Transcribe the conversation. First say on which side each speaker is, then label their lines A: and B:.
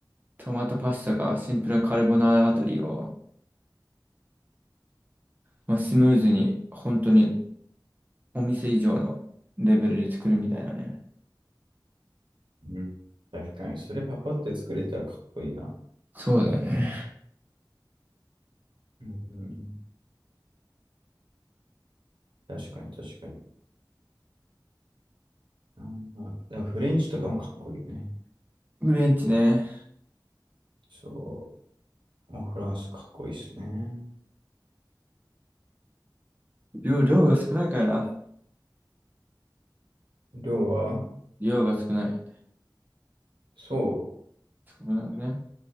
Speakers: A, on the right; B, on the right.
A: トマトパスタかシンプルなカルボナーラあたりを、まあ、スムーズに、本当にお店以上のレベルで作るみたいなね。
B: うん。確かに。それパパって作れたらかっこいいな。
A: そうだよね。
B: うん。うん確かに、確かに。あんまでもフレンチとかもかっこいいよね。
A: フレンチね。
B: そう。あ、フランスかっこいいですね。
A: 量、量が少ないからな。
B: 量は
A: 量が少ない。
B: そ
A: 少なくね。